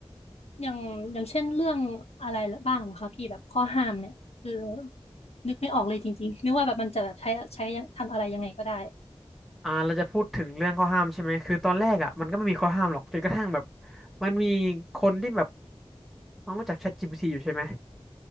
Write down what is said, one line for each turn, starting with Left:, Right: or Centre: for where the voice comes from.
Left: อย่างอย่างเช่นเรื่องอะไรบ้างเหรอคะพี่แบบข้อห้ามเนี่ยคือนึกไม่ออกเลยจริงๆนึกว่าแบบมันจะแบบใช้ใช้ทำอะไรยังไงก็ได้
Centre: อ่าเราจะพูดถึงเรื่องข้อห้ามใช่ไหมคือตอนแรกอ่ะมันก็ไม่มีข้อห้ามหรอกจนกระทั่งแบบมันมีคนที่แบบน้องรู้จัก ChatGPT อยู่ใช่ไหม